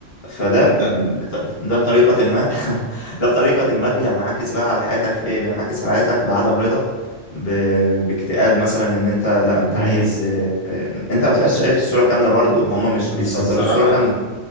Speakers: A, on the left; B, in the centre.
A: فده
B: تصدق
A: بط...
B: <laughs>
A: ده بطريقة ما <laughs> ده بطريقة ما بينعكس بقى على حياتك في ايه بينعكس على حياتك بعدم رضا ب... باكتئاب مثلا ان انت لا انت
B: امم
A: عايز آه، آه، انت ما تبقاش شايف الصورة كاملة برضه هما مش
B: بس
A: بيصدروا
B: الصراحة
A: الصورة كاملة